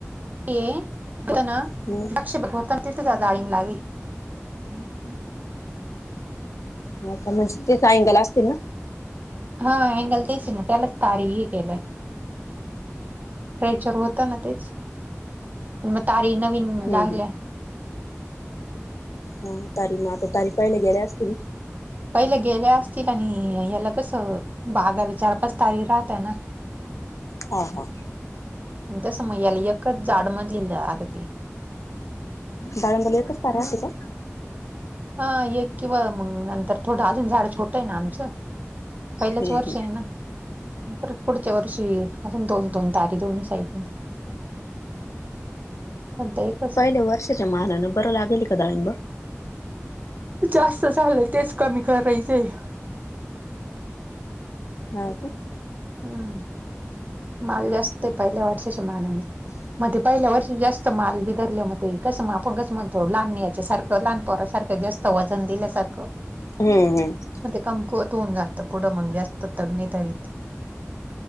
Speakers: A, on the right; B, on the left.
A: <unintelligible>
B: हम्म हो का नुसती टाईम गेला असतील ना.
A: हा अँगल तेच ना, त्यालाच तारीही केलंय. फ्रेचर होत ना तेच म तारी नवीन
B: हम्म
A: लागल्या.
B: हम्म.. तारी म आता तारी पहिले गेल्या असतील.
A: पहिल्या गेल्या असतील आणि याला कसं बागाला चार पाच तारी राहताना.
B: हां हां.
A: आणि तसं मयाला एकच जाड मंदलेल्या अगती.
B: डाळिंब्याला एकच तार राहती का?
A: हा एक किंवा मंग नंतर थोडं अजून झाडं छोट आहे ना आमचं. पहिलंच
B: हम्म
A: वर्ष
B: हम्म
A: आहे ना पर पुढच्या वर्षी अजून दोन-दोन तारी दोन्ही काय पण सध्या एक
B: पहिले वर्षाच्या मानानं बरं, लागेल का डाळिंब.
A: जास्त झालंय तेच, कमी करायचेय.
B: हा का?
A: हम्म माल जास्त आहे पहिल्या वर्षाच्या मानाने मध्ये पहिल्या वर्षी जास्त माल बिधरले म ते कसं म आप गस म्हणतो लहानीयाच्या सारखं लहानपरासारखं जास् तव्हाजन दिल्यासार क
B: हम्म हम्म
A: मग ते कमकुवत होत जातं पुढे मंग जास्त तग नाही धरीत.